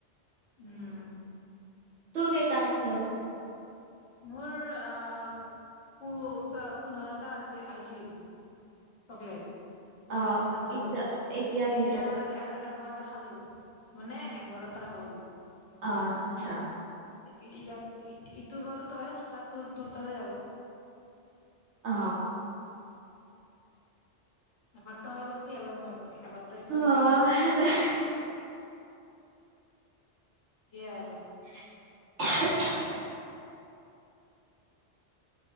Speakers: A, on the left (about 70°); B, on the right (about 75°).
A: উম,
B: তোৰ কেইটা আছে আৰু?
A: মোৰ আহ, পো -পোন্ধৰটা আছে -আহিছিল। চকলেট।
B: অহ
A: আনছো
B: ' ইতিয়া কেইটা?
A: এতিয়া এ এঘাৰটা খালো, মানে এঘাৰটা হ'ল।
B: অ ', আচ্ছা।
A: ইাত ইটো বাৰু তয়ে কৰছা তোৰ, তোৰ তাতে যাব।
B: অ,
A: এবাৰ তই কৰিবি, এবাৰ মই কৰিম। এবাৰ তই কৰিবি
B: অ'
A: এবাৰ মই
B: সেনে
A: কৰিম সেয়ে আৰু।
B: <unintelligible>